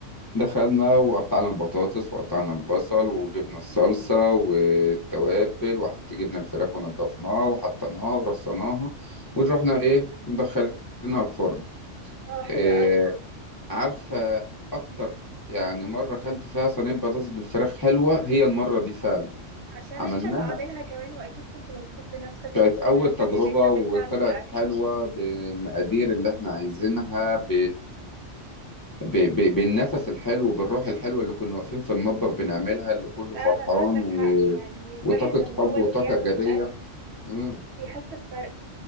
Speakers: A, on the left; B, on the right.
A: دخلنا وقطعنا البطاطس وقطعنا البصل وجبنا الصلصة والتوابل وحط جبنا الفراخ ونضفناها وحطيناها ورصناها ورحنا ايه دخلناها الفرن
B: اه
A: إيه
B: حلو قوي
A: عارفة اكتر يعني مرة اكلت فيها صينية بطاطس بالفراخ حلوة هي المرة دي فعلا
B: عشان
A: عملناها
B: انت اللي عاملها كمان واكيد كنت مبسوط بنفسك
A: كانت
B: وفخور
A: أول
B: بنفسك
A: تجربة
B: ان انت اللي
A: وطلعت
B: بتعمل الاكل
A: حلوة بالمقادير اللي احنا عايزينها ب... ب... ب... بالنفس الحلو بالروح الحلوة اللي كنا واقفين في المطبخ بنعملها اللي كله
B: فعلا
A: فرحان
B: عندك
A: و...
B: حق يعني الواحد
A: وطاقة
B: لما
A: حب
B: هو اللي
A: وطاقة
B: بيعمل
A: إيجابية
B: الاكل
A: امم
B: بيحس بفرق